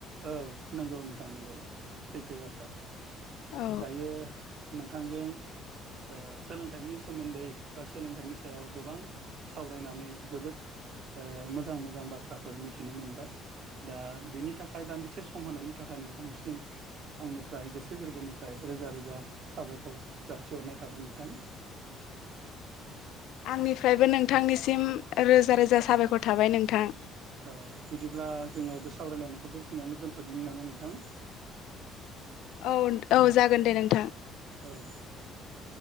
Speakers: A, on the right; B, on the left.
A: औ नंगौ नोंथां नंगौ सैथो बाथ्रा।
B: औ
A: दायो नोंथांजों ओ सोलोंथाइनि सोमोन्दै बा सोलोंथाइनि सायाव गोबां सावरायनानै जोबोद ओ मोजां मोजां बाथ्राफोर मिथिनो मोनबाय दा बिनि नि थाखाय दान्दिसे सम होनायनि थाखाय नोंथांनिसिम आंनिफ्राय गोसो गोरबोनिफ्राय रोजा रोजा साबायखर जासिहरनाय थाबाय नोंथां
B: आंनिफ्रायबो नोंथांनिसिम रोजा रोजा साबायखर थाबाय नोंथां
A: औ बिदिब्ला जोङो बे सावरायलायनायखौ बेखिनियावनो दोन्थदिनि नामा नोंथां?
B: औ औ जागोन दे नोंथां।
A: औ